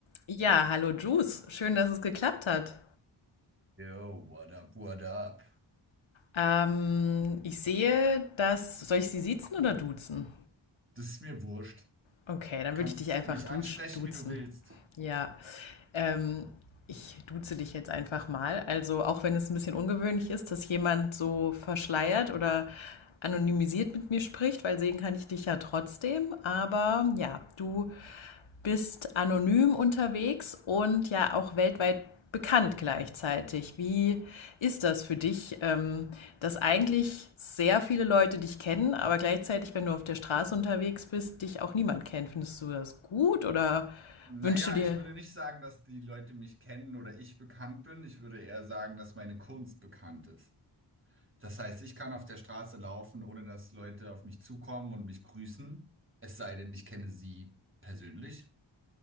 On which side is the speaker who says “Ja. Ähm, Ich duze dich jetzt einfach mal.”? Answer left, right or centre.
Left